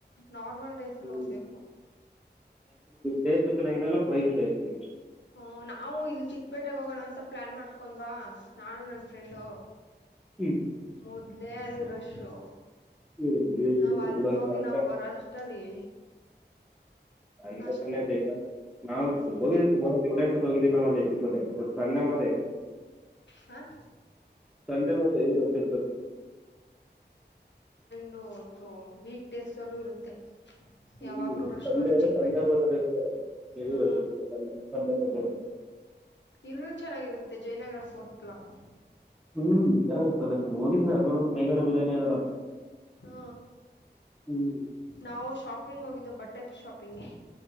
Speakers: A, on the left (about 80°); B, in the centre.
A: ನಾರ್ಮಲ್ ಡೇ ಸ್ಸಲ್ಲಿ
B: ಹ್ಞೂ
A: ಹೋಗ್ಬೇಕು
B: ಟೆಸ್ಟ್ ಚೆನ್ನಾಗಿಲ್ಲ ಪ್ರೈಸ್ ಜಾಸ್ತಿ
A: ಹ ನಾವು ಇಲ್ಲಿ ಚಿಕ್ಕಪೇಟೆೆಗೆ ಹೋಗೋಣ ಅಂತ ಪ್ಲಾನ್ ಮಾಡ್ಕೊಂಡ್ವಾ ನಾನು ನನ್ನ ಫ್ರೆಂಡು
B: ಹ್ಞೂ
A: ಮೂದ ಮೊದ್ಲೇ ಅಲ್ಲಿ ರಷು.
B: ಹ್ಞೂ
A: ನಾವ್ ಅಲ್
B: ಬಿಡಲ್ಲ
A: ಹೋಗಿ
B: ಅಂತ
A: ನಾವ್ ಬರೋ ಅಷ್ಟಲ್ಲಿ.
B: <unintelligible>
A: ಅಷ್ಟೆ
B: ನಾನ್
A: ಹ್ಮ್
B: ಹೋಗಿದ್ದೆ ಸುಮಾರ್ ಹೋತು. ಒಡೆನ್ ಸತೋಗಿದ್ದೆ ನನ್ ಎತ್ತಿದ್ ವಡೆ. ಇವತ್ ಸಂಡೆ <unintelligible>
A: ಹ
B: ಸಂಡೇ ಮಾತ್ರ ಹೆವಿ ರಶ್ ಇರ್ತರೆ.
A: ಡು ತು ವೀಕ್ ಡೇಸ್ ಅಲ್ಲೂ ಇರುತ್ತೆ.
B: ಅಲ್ಲಿ
A: ಯಾವಾಗಲೂ ರಶ್ಶು
B: ಸಂಡೆ
A: ಅಲ್ಲಿ
B: ಅದ್ರೆ
A: ಚಿಕ್ಕಪೇಟೆ
B: ಸಂಡೆ ಹೋದಾರ ಇರ್ತದೆ ಹೆವಿ
A: ಹ್ಞೂ
B: ರಶ್ ಇರ್ತದೆ ಸಂಡೆ ಸಂಡೆದ್. <unintelligible>
A: ಇಲ್ಲು ಚೆನ್ನಾಗಿರುತ್ತೆ ಜಯ್ನಗ್ರ ಫೋರ್ತ್ ಬ್ಲಾಕು.
B: ಹ್ಮ್ ಚೆನ್ನಾಗಿರ್ತಲ್ಲ ಹೋಗಿದಿನ ಅಲ್ಲಿನು ಮೇಘನಾ ಬಿರಿಯಾನಿ ಅದೆಲ್ಲ.
A: ಹ್ಮ
B: ಹ್ಮ್
A: ನಾವು ಶಾಪಿಂಗ್ ಹೋಗಿದ್ದು ಬಟ್ ಟೆಪ್ ಶಾಪಿಂಗ್ಗೆ.